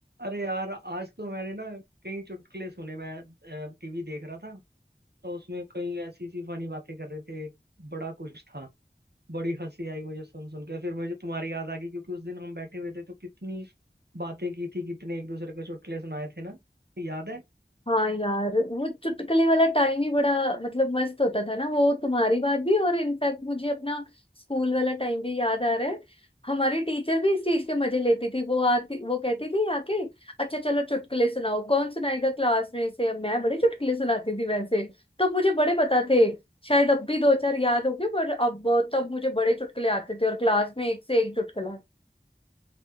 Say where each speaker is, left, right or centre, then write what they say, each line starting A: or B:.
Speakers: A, on the right; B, on the left.
A: अरे यार आज तो मैंने ना कई चुटकुले सुने मैं टीवी देख रहा था तो उसमें कई ऐसी सी फनी बातें कर रहे थे बड़ा कुछ था बड़ी हंसी आई मुझे सुन सुन के फिर मुझे तुम्हारी याद आ गई क्योंकि उस दिन हम बैठे हुए थे तो कितनी बातें की थी कितने एक दूसरे को चुटकुले सुनाए थे ना याद है
B: हाँ यार वो चुटकुले वाला टाइम ही बड़ा मतलब मस्त होता था ना वो तुम्हारी बात भी और इनफैक्ट मुझे अपना स्कूल वाला टाइम भी याद आ रहा है हमारी टीचर भी इस चीज के मजे लेती थी वो आती वो कहती थी आके अच्छा चलो चुटकुले सुनाओ कौन सुनाएगा क्लास में से अब मैं बड़े चुटकुले सुनाती थी वैसे तो मुझे बड़े पता थे शायद अब भी दो चार याद होंगे पर अब तब मुझे बड़े चुटकुले आते थे और क्लास में एक से एक चुटकुला